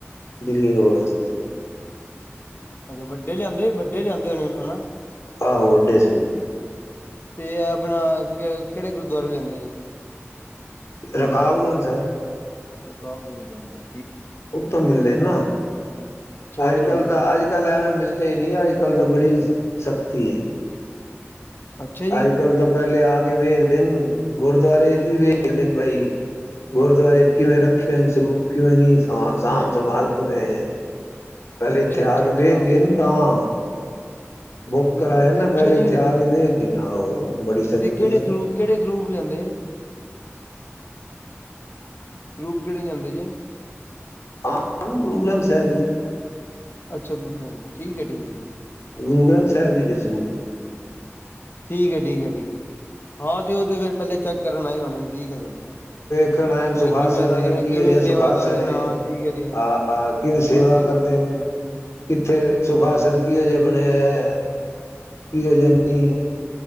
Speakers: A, on the left; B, on the left.
A: ਦਿੱਲੀ ਰੋਡ
B: ਅੱਛਾ।
A: ਵਾਸਤੇ
B: ਅੱਛਾ ਵੱਡੇ ਲਿਆਂਦੇ ਵੱਡੇ ਲਿਆਂਦੇ ਹੁਣ। ਹੈਣਾ।
A: ਆਹੋ ਵਡੇ ਸਰੂ
B: ਤੇ ਆਪਣਾ ਕਿਹੜੇ ਗੁਰਦੁਆਰੇਯੋ ਲਿਆਂਦੇ ਜੇ?
A: ਰਕਾਬ ਗੰਜ ਸਾਹਿਬ।
B: ਰਕਾਬ ਗੰਜ ਸਾਹਿਬ ਤੋ।
A: ਉਹਥੋਂ ਮਿਲਦੇ ਨੇ ਨਾ ਅੱਜ
B: ਉਧਰੋਂ
A: ਕੱਲ
B: ਮਿਲਦੇ
A: ਤਾਂ
B: ਨੇ
A: ਅੱਜ ਕੱਲ ਐਵੇਂ ਮਿਲਦੇ ਨਹੀਂ ਅੱਜ ਕੱਲ ਤਾਂ ਬੜੀ ਸਖ਼ਤੀ ਹੈ।
B: ਅੱਛਾ ਜੀ
A: ਅੱਜ ਕੱਲ ਤਾਂ ਪਹਿਲੇ ਆ ਕੇ ਵੇਖਦੇ ਨੇ ਗੁਰਦੁਆਰੇ ਚ ਵੀ ਵੇਖਦੇ ਨੇ ਬਾਈ ਗੁਰਦੁਆਰੇ ਚ ਕਿਵੇਂ ਰੱਖੇ ਹੋ ਸਰੂਪ ਕਿਵੇਂ ਨ ਸਾਂਭ ਸੰਭਾਲ ਕਿਵੇਂ ਐ। ਪਹਿਲੇ
B: ਅੱਛਾ
A: ਇੱਥੇ
B: ਅੱਛਾ
A: ਆ ਕੇ
B: ਅੱਛਾ
A: ਵੇਖ ਗਏ ਤਾਂ
B: ਅਮ,
A: ਬੁੱਕ ਕਰਾਯਾ ਨਾ,
B: ਅੱਛਾ
A: ਪਹਿਲੇ ਇੱਥੇ
B: ਜੀ
A: ਆ ਕੇ ਵੇਖ ਗਏ ਨ। ਨਾ ਉਹ ਬੜੀ ਸ਼ਕਤੀ
B: ਤੇ ਕਿਹੜੇ
A: ਹੈ।
B: ਸਰੂਪ ਕਿਹੜੇ ਸਰੂਪ ਲਿਆਂਦੇ, ਸਰੂਪ ਕਿਹੜੇ ਲਿਆਂਦੇ ਜੇ।
A: ਆ ਗੁਰੂ ਗ੍ਰੰਥ ਸਾਹਿਬ ਜੀ ਦੇ ।
B: ਅੱਛਾ ਗੁਰੂ ਦਾ ਨਾ, ਠੀਕ ਹੈ ਠੀਕ ਹੈ ਗ
A: ਗੁਰੂ ਗ੍ਰੰਥ ਸਾਹਿਬ ਜੀ ਦੇ ਸਰੂਪ
B: ਠੀਕ ਹੈ, ਠੀਕ ਹੈ, ਠੀਕ ਹੈ। ਹਾਂ ਉਦੇ ਪਹਿੱਲੇ ਚੱਕ ਕਰਨ ਆਏ ਹੋਣੇ, ਠੀਕ ਹੈ ਤੁਹਾਡੀ ਗੱਲ,
A: ਸਿੱਖਣ ਸੁਖਾਸਨ
B: ਬਈ ਕਿਵੇਂ ਰੱਖ ਰਹੇ
A: ਕਿਹੋ
B: ਕਿਵੇਂ
A: ਜੇਹਾ
B: ਸੇਵਾ
A: ਸੁਖਾਸਨ
B: ਕਰ ਰਹੇ
A: ਹੈ
B: ਨੇ। ਹਾਂ ਠੀਕ ਹੈ ਠੀਕ ਹੈ
A: ਆਹ ਕਿਵੇ ਸੇਵਾ
B: ਹਾਂ ਕੀ
A: ਕਰਦੇ ਨੇ, ਕਿੱਥੇ
B: ਹਮ
A: ਸੁਖਾਸਨ ਕੀ ਅਜਿਹਾ ਬਣਿਆ ਹੋਇਆ ਹੈ। <unintelligible> ਕਿਹੋ ਜਿਹਾ
B: ਹਮ
A: ਨਹੀਂ,